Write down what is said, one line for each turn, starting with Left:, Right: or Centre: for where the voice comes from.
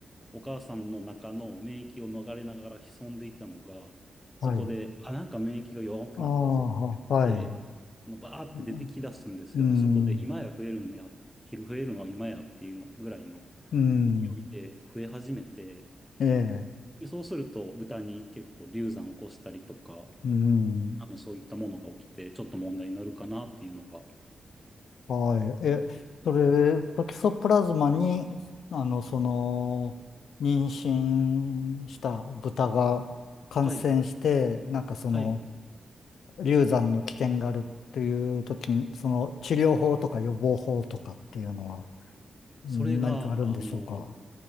Centre: お母さんの中の免疫を逃れながら潜んでいたのが、そこで、
Left: はい。
Centre: あ、なんか免疫が弱くなったぞって言って、
Left: ああ、はい。
Centre: あの、バーって出てきだすんですよね。
Left: うん。うん。
Centre: そこで、今や増えるんや、昼増えるのは今やっていうのぐらいの
Left: うん
Centre: 勢いで増え始めて、
Left: ええ。
Centre: でそうすると、豚に結構流産を起こしたりとか、
Left: うん。
Centre: あの、そういったものが起きて、ちょっと問題になるかなっていうのが、ち
Left: はい。え、
Centre: ょっとこう
Left: それ、トキソプラズマに、あの、その、妊娠した豚が感染して、
Centre: はい、
Left: なんかその、
Centre: はい。
Left: 流産の危険があるっていう時に、その、治療法とか予防法とかっていうのは、
Centre: それが、
Left: ん何かあるんでしょうか
Centre: あの、